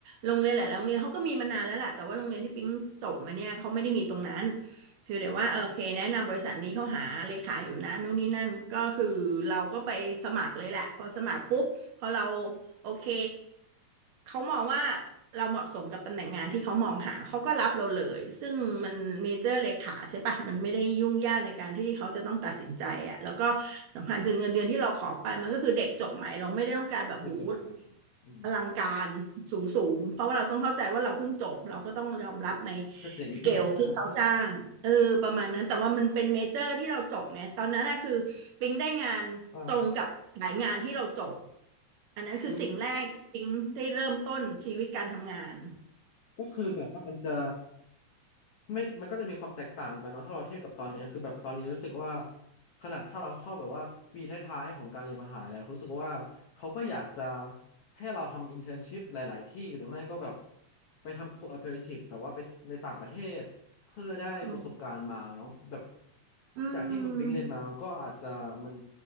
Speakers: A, on the right; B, on the left.
A: โรงเรียนหลายๆโรงเรียนเขาก็มีมานานแล้วแหละแต่ว่าโรงเรียนที่ปิ๊งจบมาเนี่ยเขาไม่ได้มีตรงนั้นคือเดี๋ยวว่าเออโอเคแนะนำบริษัทนี้เขาหาเลขาอยู่นะนู่นนี่นั่นก็คือเราก็ไปสมัครเลยแหละพอสมัครปุ๊บพอเรา โอเค เขามองว่าเราเหมาะสมกับตำแหน่งงานที่เขามองหาเขาก็รับเราเลยซึ่งมันเมเจอร์เลขาใช่ปะมันไม่ได้ยุ่งยากในการที่เขาจะต้องตัดสินใจอะแล้วก็สำคัญคือเงินเดือนที่เราขอไปมันก็คือเด็กจบใหม่เราไม่ได้ต้องการแบบหู
B: เลือกจบบัตรโอเคอืม
A: อลังการสูงสูงเพราะว่าเราต้องเข้าใจว่าเราเพิ่งจบเราก็ต้องยอมรับใน
B: ก็เจ๋ง <laughs>
A: สเกลที่เขาจ้างเออประมาณนั้นแต่ว่ามันเป็นเมเจอร์ที่เราจบไงตอนนั้นนะคือปิ๊งได้งานตรงกับสายงานที่เราจบ
B: ใช่ก็
A: อันนั้นคือสิ่งแรกที่ปิ๊งได้เริ่มต้นชีวิตการทำงาน
B: อืม ก็คือแบบว่ามันจะไม่มันก็จะมีความแตกต่างกันเนาะถ้าเราเทียบกับตอนเนี้ยคือแบบตอนนี้รู้สึกว่าขนาดถ้าเราเข้าแบบว่าปีท้ายๆของการเรียนมหาลัยเรารู้สึกว่าเขาก็อยากจะให้เราทำอินเทอร์นชิพหลายๆที่หรือไม่ก็แบบไปทำโคอ p e r a t i v e แบบว่าไปในต่างประเทศเพื่อได้ประสบการณ์มาเนาะแบบ
A: อืมอื
B: จากที่คุณปิงเรียนมามันก็อาจจะมัน
A: ม